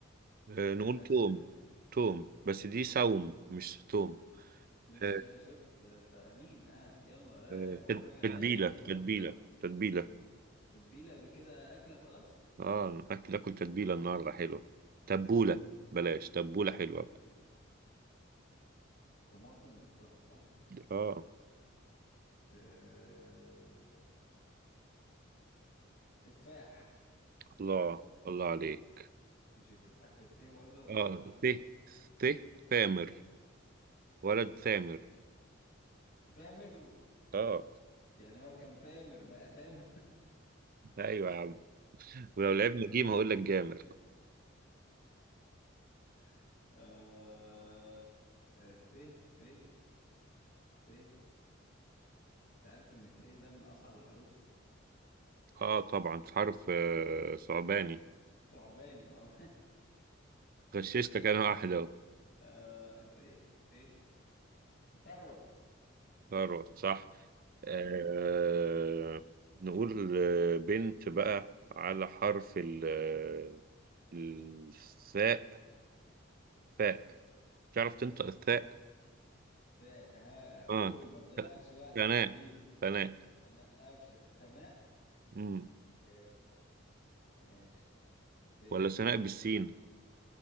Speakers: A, on the right (about 45°); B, on the left (about 50°).
A: آه، نقول
B: أكلة
A: توم توم بس دي سوم مش توم
B: مش
A: آه،
B: آه، شفت آه، انت امين اه يلا ها
A: آه،
B: قول حاجة
A: تتبيلة
B: تاني يلا
A: تتبيلة
B: بسرعة
A: تتبيلة
B: تتبيلة دي كده أكلة خلاص
A: اه الاكل اكل تتبيله النهارده حلوه تبوله بلاش تبوله حلوه
B: تتبيلة طماطم بالطه صح؟
A: اه
B: ت- تفاح
A: الله الله عليك
B: مش التفاح بالتاء برضه ولا
A: اه
B: بالطه
A: ته ته ثامر ولد ثامر
B: <laughs> ثامر
A: اه
B: يعني هو كان تامر بقى ثامر
A: ايوه يا عم ولو لعبنا جيم هقول لك جامر
B: <laughs> آه... آه... ث ث ث انت عارف ان الث ده من اصعب الحروف
A: اه طبعا في حرف آه صعباني
B: ثعباني اه
A: غششتك انا واحده اهو
B: <laughs> آه، ث ث ثروت
A: خلاص صح
B: اه
A: آه نقول آه، بنت بقى على حرف ال آه، الثاء ثاء تعرف تنطق الثاء
B: ثاء ها قول
A: اه
B: ما تضيعش وقت
A: ثناء
B: يا حبيبي
A: ثناء
B: انا قفشه ثناء
A: امم
B: جامد ماشي ث
A: ولا ثناء بالسين